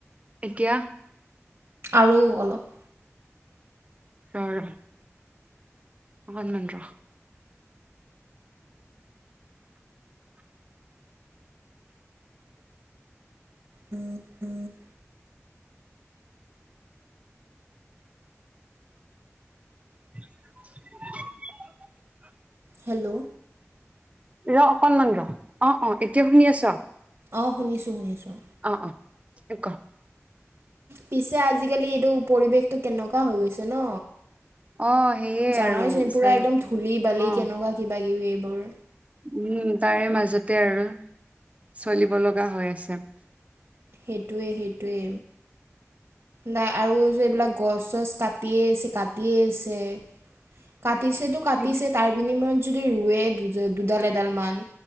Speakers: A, on the right (about 25°); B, on the right (about 65°).
A: এতিয়া,
B: আৰু অলপ,
A: ৰ, ৰহ অকনমান ৰহ
B: হম হম <unintelligible>
A: <unintelligible>
B: হেল্ল'।
A: ৰ অকনমান ৰ, অ' অ' এতিয়া শুনি আছ?
B: অ' শুনিছোঁ শুনিছোঁ।
A: অ' অ' ক -
B: পিছে আজিকালি এইটো পৰিৱেশটো কেনেকুৱা হৈ গৈছে ন?
A: অ সেয়ে
B: জানয়ে
A: আৰু
B: চোন পুৰা
A: চাৰি
B: একদম ধূলি-বালি
A: অ
B: কেনেকুৱা কিবা-কিবি এইবোৰ
A: উম' তাৰে মাজতে আৰু চলিব লগা হৈ আছে।
B: সেইটোৱে -সেইটোৱে। নাই আৰু যে এইবিলাক গছ-চছ কাটিয়েই আছে কাটিয়ে আছে কাটিছেটো- কাটিছে
A: সেই-
B: তাৰ বিনিময়ত যদি ৰোৱে দুডাল এডাল মান